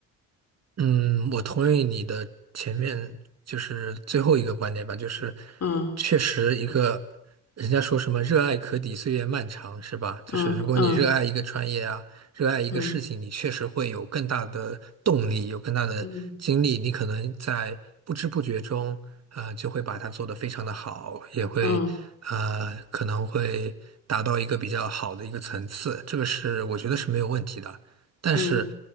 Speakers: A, on the right; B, on the left.
A: 嗯，我同意你的前面就是最后一个观点吧，就是
B: 嗯
A: 确实一个人家说什么“热爱可抵岁月漫长”是吧？就是如果你热爱一个专业啊，
B: 嗯嗯
A: 热爱一个事情，
B: 嗯
A: 你确实会有更大的动力，有更大的精力，
B: 嗯
A: 你可能在不知不觉中，呃，就会把它做得非常的好，也会呃可能会达到一个比较好的一个层次，
B: 嗯
A: 这个是我觉得是没有问题的。但是，
B: 嗯